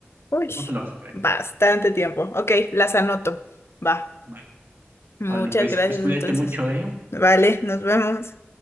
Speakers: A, on the left; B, on the right.
A: Uy,
B: No te lo vas a creer.
A: bastante tiempo. Ok, las anoto. Va.
B: Vale.
A: Muchas
B: Órale, pues,
A: gracias
B: pues cuídate
A: entonces.
B: mucho, ¿eh?
A: Vale, nos vemos.